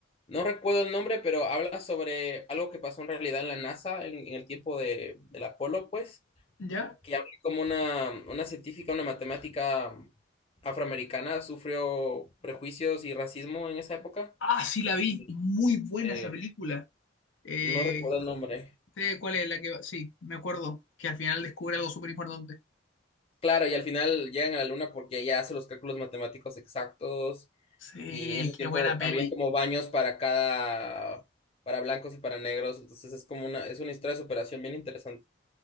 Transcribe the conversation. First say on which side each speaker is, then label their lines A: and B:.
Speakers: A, on the left (about 30°); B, on the left (about 80°).
A: No recuerdo el nombre, pero habla sobre algo que pasó en realidad en la NASA en, en el tiempo de, del Apolo, pues,
B: ¿ya?
A: que habla como una, una científica, una matemática afroamericana sufrió prejuicios y racismo en esa época.
B: Ah, sí, la vi.
A: Y,
B: Muy buena
A: eh,
B: esa película. Eh,
A: no recuerdo el nombre.
B: sé cuál es la que va. Sí, me acuerdo que al final descubre algo súper importante.
A: Claro, y al final llegan a la luna porque ella hace los cálculos matemáticos exactos
B: Sí,
A: y en ese tiempo
B: qué buena peli.
A: habían como baños para cada, para blancos y para negros, entonces es como una, es una historia de superación bien interesante,